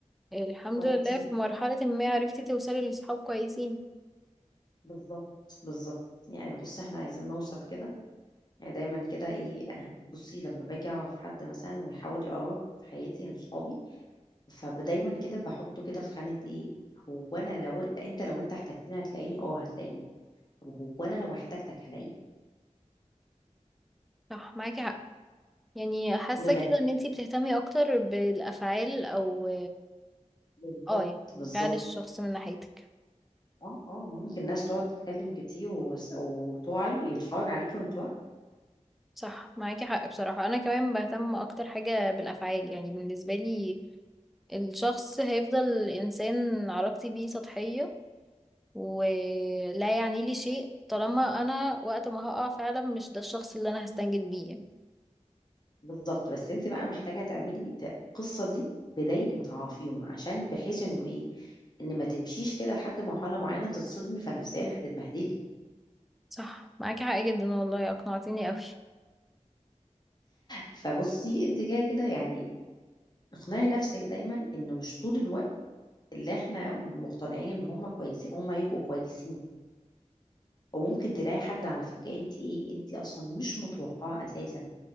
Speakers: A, in the centre; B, on the left.
A: الحمد
B: كويس
A: لله
B: إن
A: في مرحلة ما
B: إحنا-
A: عرفتي توصلي لصحاب كويسين
B: بالظبط بالظبط يعني بصي احنا عايزين نوصل كده يعني دايما كده ايه أه، بصي لما باجي اعرف حد مثلا ويحاول يقرب في حياتي من صحابي فدايما كده بحطه كده في خانة ايه هو انا لو انت لو انت احتجتني هتلاقيني اه هتلاقيني طب هو انا لو احتجتك هلاقيك
A: صح معاكي حق يعني حاسة
B: والغريب
A: كده ان انتي بتهتمي اكتر بالافعال او
B: بالظبط
A: اه يعني
B: بالظبط
A: فعل الشخص من ناحيتك
B: اه اه ممكن ناس تقعد تتكلم كتير وس- وتقعي يتفرج عليكي وانت واقعة
A: صح معاكي حق بصراحة أنا كمان بهتم أكتر حاجة بالأفعال يعني بالنسبة لي الشخص هيفضل إنسان علاقتي بيه سطحية ولا يعني لي شيء طالما أنا وقت ما هقع فعلا مش ده الشخص اللي أنا هستنجد بيه يعني
B: بالظبط بس انت بقى محتاجة تعملي ت- القصة دي بداية ما تعرفيهم عشان بحيث انه ايه ان ما تمشيش كده لحد مرحلة معينة تتصدمي فنفسيا هتتبهدلي
A: صح معاكي حق جدا والله أقنعتيني أوي
B: فبصي انت كده كده يعني اقنعي نفسك دايما ان مش طول الوقت اللي احنا مقتنعين ان هم كويسين هم هيبقوا كويسين وممكن تلاقي حد على فكرة انت ايه انت اصلا مش متوقعة اساسا